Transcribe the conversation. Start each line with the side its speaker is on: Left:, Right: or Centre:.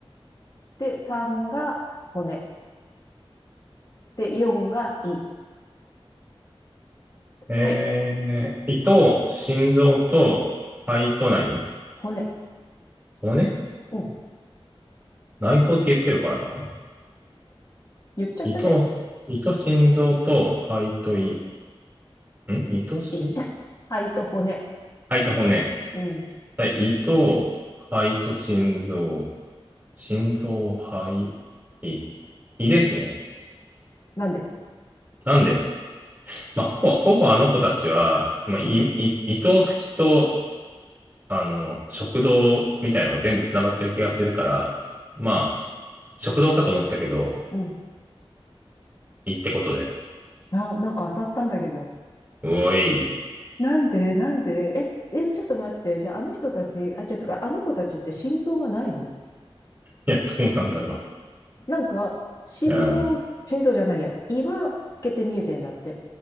Left: で、3が骨。で、4が胃。
Right: えー、
Left: はい。
Right: 胃と心臓と肺と何
Left: 骨。
Right: 骨
Left: うん。
Right: 内臓って言ってるからな。
Left: 言っちゃったね。
Right: 胃と、胃と心臓と肺と胃。ん胃とし、
Left: 胃。肺と骨。
Right: 肺と骨。
Left: うん。
Right: はい胃と、肺と心臓。心臓、肺、胃、胃ですね。
Left: なんで
Right: なんで、まあ、ほぼ、ほぼあの子たちは、まあ、胃、
Left: うん。
Right: 胃胃と口と、あの、食道みたいなのが全部つながってる気がするから、まあ、食道かと思ったけど、
Left: うん。
Right: 胃ってことで。
Left: あ、なんか当たったんだけど。
Right: うおい。い
Left: なんでなんでえ、え、ちょっと待って。じゃあ、あの人たち、あ、ちょっと、あの子たちって心臓がないの
Right: や、どうなんだろ
Left: なんか、心臓、
Right: う。うん。
Left: 心臓じゃないや、胃は透けて見えてんだって。